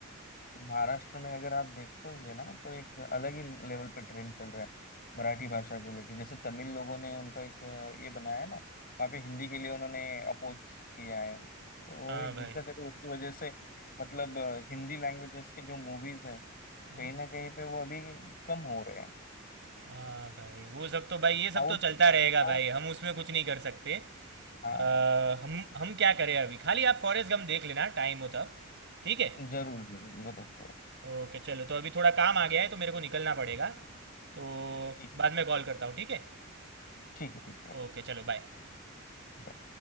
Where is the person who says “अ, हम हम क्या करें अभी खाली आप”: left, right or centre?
Right